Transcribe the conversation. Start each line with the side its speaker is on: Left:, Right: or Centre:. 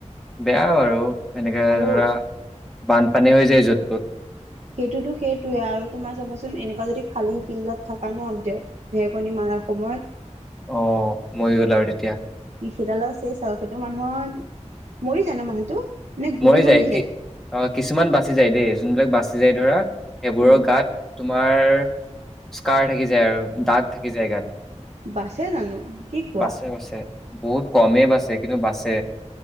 Centre: বেয়া বাৰু এনেকৈ
Right: আৰু
Centre: ধৰা বানপানী হৈ যায় য'ত তত
Right: সেইটোতো সেইটোৱে আৰু তোমাৰ চাবচোন এনেকুৱা যদি খালী ফিল্ডত থকা ন ঢেৰেকনি মাৰাৰ সময়ত
Centre: অঁ মই ওঁ ওলাই আৰু তেতিয়া
Right: শীতালৰ চেচ আৰু সেইটো মানুহৰ মৰি যায় ন মানুহটো নে গুৰি
Centre: মৰি
Right: বনি
Centre: যায় কি অ কিছুমান বাচি যায় দেই যোনবিলাক বাচি যায় ধৰা সেইবোৰৰ
Right: উম
Centre: গাত তোম তোমাৰ স্কাৰ থাকি যায় আৰু দাগ থাকি যায় গাত
Right: বাছে জানো কি কোৱা
Centre: বাচে বাচে বহুত কমেই বাছে কিন্তু বাছে